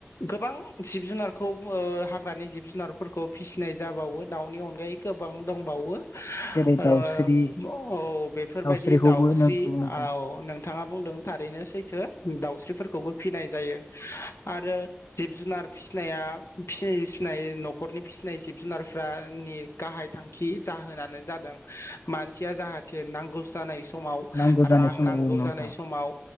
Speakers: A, on the left; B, on the left.
A: गोबां जिब जुनारखौ ओ हाग्रानि जिब जुनारफोरखौ फिसि जाबावो दाउनि अनगायै गोबां दंबावो।
B: जेरै
A: ओ
B: दाउस्रि
A: औ बेफोरबायदि
B: दाउस्रिखौबो
A: दाउस्रि
B: नोंगौ नोंथां
A: औ नों नोंथाङा बुंदों थारैनो सैथो दाउस्रिफोरखौबो फिसिनाय जायो आरो जिब जुनार फिसिनाया फिसिनाय न'खरनि फिसि नाय जिब जुनारफोरा नि गाहाय थांखि जाहोनानो जादों मानसिया जाहाथे नांगौ जानाय समाव
B: नांगौ जानाय
A: रां
B: समाव
A: नांगौ
B: औ नोंथां
A: जानाय समाव